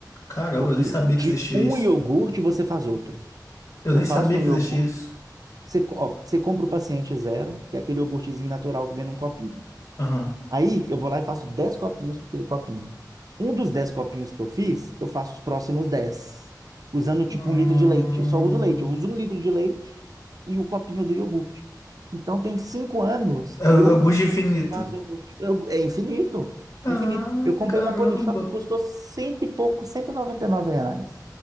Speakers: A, on the left; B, on the right.
A: Caramba,
B: Porque
A: eu nem sabia
B: de
A: que existia
B: um
A: isso.
B: iogurte você faz outro.
A: Eu
B: Eu
A: nem
B: faço
A: sabia que
B: um iogurte.
A: existia isso.
B: Você, co- ó, você compra o paciente zero, que é aquele iogurtezinho natural que vem num copinho.
A: Aham.
B: Aí eu vou lá e faço 10 copinhos com aquele copinho. Um dos 10 copinhos que eu fiz, eu faço os próximos 10 usando tipo
A: Hum.
B: um litro de leite. Eu só uso leite, eu uso um litro de leite e o copinho do iogurte. Então tem cinco anos que
A: É o
B: eu
A: Gude Infinito.
B: mas eu, vou te- eu- é infinito.
A: Ah,
B: É Infinito. Eu comprei
A: caramba.
B: na Polishop e custou cento e pouco, 199 reais.